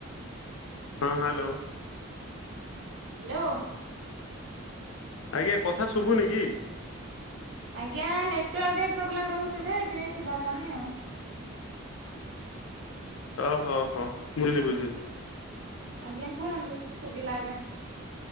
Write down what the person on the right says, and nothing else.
ହ୍ୟାଲୋ।
ଆଜ୍ଞା ନେଟୱାର୍କ ଟିକେ ପ୍ରୋବ୍ଲେମ ରହୁଛି ବୋଧେ ଏଥିପାଇଁ ସୁଗା ଯାଉନି ଆଉ।
ଆଜ୍ଞା କୁହନ୍ତୁ ଶୁଗିଲା ଏବେ।